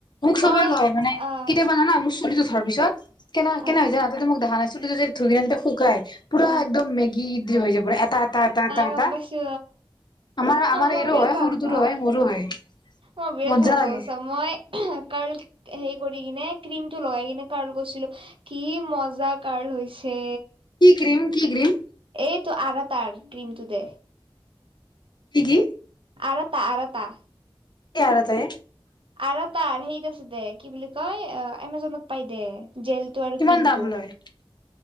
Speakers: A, on the left; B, on the right.
A: মোক
B: মই
A: চবে কয় মানে
B: আহ
A: কেতিয়াবা জানা মোৰ চুলিটো ছৰ পিছত। কেনে-কেনে
B: আহ
A: হৈছে যায় তাহাতে টো মোক দেখা চুলিটো যদি ধুইনিয়া কে শুকায়। পুৰা
B: আহ
A: একদম মেগি দি হৈ যাব। এটা-এটা-এটা-এটা-এটা,
B: গম পাইছো
A: আমাৰ-আমাৰ
B: মই
A: এইৰো
B: বিৰাট
A: হয়
B: ভাল
A: সৰুটোৰো
B: পাওঁ
A: হয় মোৰো হয়।
B: অ' বিৰাট
A: মজা
B: ভাল পাওঁ
A: লাগে
B: চা মই কাল হেৰি কৰি কিনে। ক্ৰিম টো লগাই কিনে কাৰল গৈছিলো কি মজা কাৰল হৈছে।
A: কি ক্ৰীম কি ক্ৰীম
B: এইটো আৰাটাৰ ক্ৰীমটো যে।
A: কি-কি?
B: আৰাটা-আৰাটা।
A: কি আৰতাৰ এই
B: আৰাতাৰ হেৰিত আছে দে কি বুলি কয় এমাজনত পাই দে। জেলটো আৰু
A: কিমান
B: ক্ৰীমটো।
A: দাম লয়